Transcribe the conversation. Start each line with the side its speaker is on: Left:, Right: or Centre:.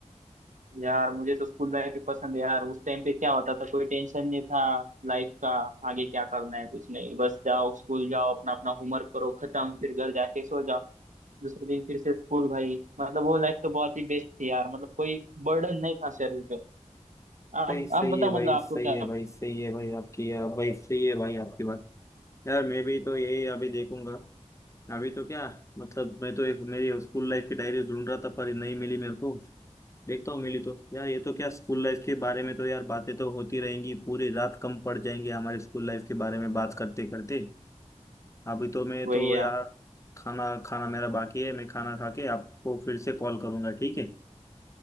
Right: यार मुझे तो स्कूल लाइफ ही पसंद है यार उस टाइम पे क्या होता था कोई टेंशन नहीं था लाइफ का आगे क्या करना है कुछ नहीं बस जाओ स्कूल जाओ अपना अपना होमवर्क करो खत्म फिर घर जाके सो जाओ दूसरे दिन फिर से स्कूल भाई मतलब वो लाइफ तो बहुत ही बेस्ट थी यार मतलब कोई बर्डन नहीं था शरीर पे आप
Left: सही सही
Right: आप बताओ
Left: है भाई
Right: मतलब आपको
Left: सही
Right: क्या
Left: है
Right: पसंद
Left: भाई सही है भाई आपकी आप भाई सही है भाई आपकी बात यार मैं भी तो यही अभी देखूंगा अभी तो क्या मतलब मैं तो एक मेरी स्कूल लाइफ की डायरी ढूंढ रहा था पर नहीं मिली मेरे को देखता हूँ मिली तो यार ये तो क्या स्कूल लाइफ के बारे में तो यार बातें तो होती रहेंगी पूरी रात कम पड़ जाएंगी हमारे स्कूल लाइफ के बारे में बात करते करते अभी तो मैं
Right: वही
Left: तो
Right: यार
Left: यार खाना खाना मेरा बाकी है मैं खाना खा के आपको फिर से कॉल करूंगा ठीक है